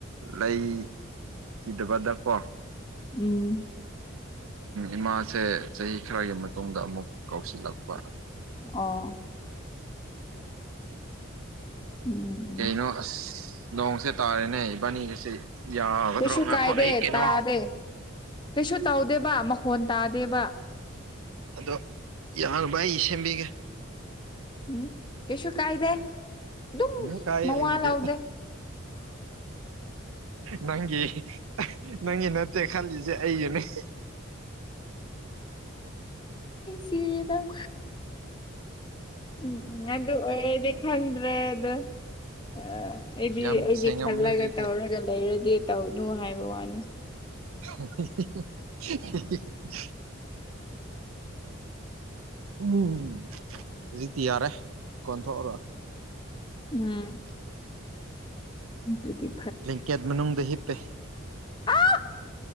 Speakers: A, on the right; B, on the left.
A: ꯂꯩꯈꯤꯗꯕꯗ ꯀꯣ
B: ꯎꯝ
A: ꯏꯃꯥꯁꯦ ꯆꯍꯤ ꯈꯔꯒꯤ ꯃꯇꯨꯡꯗ ꯑꯃꯨꯛ ꯀꯥꯎꯁꯤꯜꯂꯥꯛꯄ
B: ꯑꯣ ꯎꯝ ꯎꯝ
A: ꯀꯩꯅꯣ ꯑꯁ ꯂꯣꯡꯁꯦ ꯇꯥꯔꯦꯅꯦ ꯏꯕꯥꯅꯤꯒꯤꯁꯦ ꯌꯥꯒꯗ꯭ꯔꯣ
B: ꯀꯩꯁꯨ
A: ꯉꯥꯈꯣ
B: ꯀꯥꯏꯗꯦ
A: ꯑꯩ ꯀꯩꯅꯣ
B: ꯇꯥꯗꯦ ꯀꯩꯁꯨ ꯇꯧꯗꯦ ꯕ ꯃꯈꯣꯟ ꯇꯥꯗꯦꯕ
A: ꯑꯗꯣ ꯌꯥꯅꯕ ꯑꯩ ꯁꯦꯝꯕꯤꯒꯦ
B: ꯎꯝ ꯀꯩꯁꯨ ꯀꯥꯏꯗꯦ ꯑꯗꯨꯝ
A: ꯎꯝ ꯀꯥꯏ
B: ꯃꯋꯥ
A: ꯍꯥꯏꯒꯤꯗꯤ
B: ꯂꯧꯗꯦ
A: ꯅꯪꯒꯤ ꯅꯪꯒꯤ ꯅꯠꯇꯦ ꯈꯜꯂꯤꯁꯦ ꯑꯩꯁꯨꯅꯦ <inaudible>
B: ꯁꯤꯔꯦꯗ ꯎꯝ ꯎꯝ ꯑꯗꯨ ꯑꯣꯏꯔꯗꯤ ꯈꯪꯗ꯭ꯔꯦ ꯑꯗꯣ ꯑ ꯑꯩꯗꯤ
A: ꯌꯥꯝ
B: ꯑꯩꯗꯤ
A: ꯁꯦꯡꯉꯝꯅꯤ
B: ꯈꯜꯂꯒ
A: ꯍꯧꯖꯤꯛꯇꯤ
B: ꯇꯧꯔꯒ ꯂꯩꯔꯗꯤ ꯇꯧꯅꯨ ꯍꯥꯏꯕ ꯋꯥꯅꯤ
A: <unintelligible> ꯎ ꯍꯧꯖꯤꯛꯇꯤ ꯌꯥꯔꯦ ꯀꯣꯟꯊꯣꯛꯎꯔ
B: ꯎꯝ ꯑꯗꯨꯗꯤ
A: ꯂꯦꯡꯀꯦꯠ ꯃꯅꯨꯡꯗ ꯍꯤꯞꯄꯦ
B: ꯑ